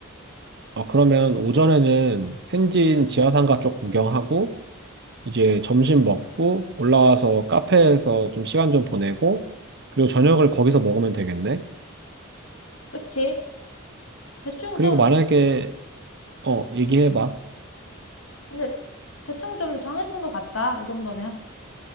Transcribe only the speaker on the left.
그치? 대충
좀,
근데 대충 좀 정해진 것 같다. 이 정도면.